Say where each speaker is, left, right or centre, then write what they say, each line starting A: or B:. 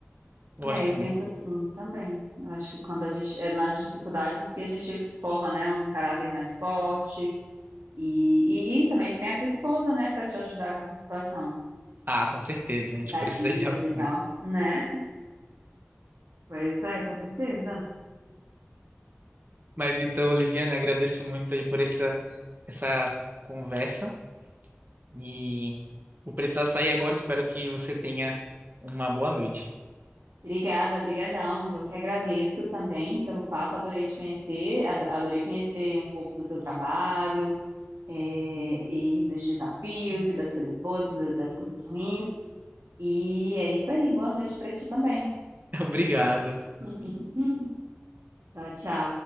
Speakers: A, on the right; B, on the right.
A: gosto
B: E aí eu penso assim também. Eu acho que quando a gente, é nas dificuldades que a gente forma, né, um caráter mais forte e, e, e também que tem a tua esposa, né, para te ajudar com essa situação,
A: Ah, com certeza, a gente
B: dar
A: precisa
B: dicas
A: de <laughs> apoio.
B: e tal, né? Pois é, com certeza.
A: Mas então, Oliviana, agradeço muito aí por essa, essa conversa e vou precisar sair agora. Espero que você tenha uma boa noite.
B: Obrigada, brigadão. Eu que agradeço também pelo papo, adorei te conhecer, ad- adorei conhecer um pouco do teu trabalho, é, e dos desafios, e das coisas boas, e da- das coisas ruins. E é isso aí, boa noite para ti também.
A: <laughs> Obrigado.
B: <laughs> Tchau, tchau.